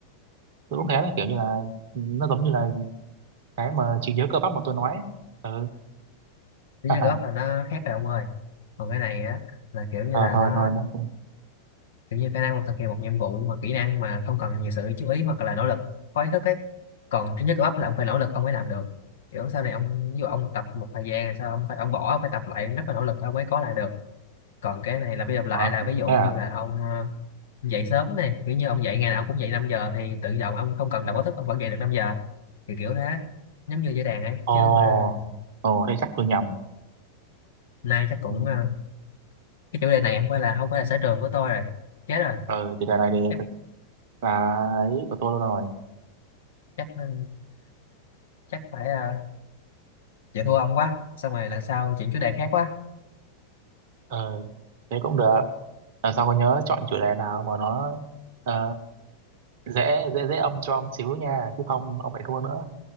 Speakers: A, on the right; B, on the left.
A: tôi cũng thế là kiểu như là ừ, nó giống như là cái mà trí nhớ cơ bắp mà tôi nói ấy. ừ
B: lý
A: ha
B: do
A: ha.
B: góp là nó khác rồi ông ơi còn cái này á là kiểu như
A: ờ
B: là
A: thôi
B: nó
A: thôi nó cũng
B: kiểu như khả năng hoặc thực hiện một nhiệm vụ hoặc kỹ năng mà không cần nhiều sự chú ý hoặc là nỗ lực có ý thức ấy còn trí nhớ cơ bắp là ông phải nỗ lực ông mới làm được kiểu sau này ông ví dụ ông tập một thời gian sao ông phải ông bỏ ông phải tập lại rất là nỗ lực ông mới có lại được còn cái này lặp đi lặp lại
A: ờ
B: là ví dụ
A: thế
B: như
A: à
B: là ông ờ, dậy sớm này kiểu như ông dậy ngày nào ông cũng dậy 5 giờ thì tự động ông không cần đọc báo thức ông vẫn dậy được năm giờ thì kiểu thế giống như dây đàn ấy
A: ồ
B: chứ không phải là
A: ồ đây chắc tôi nhầm
B: nay chắc cũng
A: ừ
B: ờ, cái chủ đề này không phải là không phải là sở trường của tôi rồi chết rồi
A: ờ, thì đề này thì
B: chắc
A: thực là ấy của tôi luôn rồi
B: chắc ờ, chắc phải ờ, vậy thua ông quá xong rồi lần sau chuyển chủ đề khác quá
A: ờ thế cũng được lần sau có nhớ chọn chủ đề nào mà nó ờ, dễ dễ dễ âm cho ông xíu nha chứ không ông lại thua nữa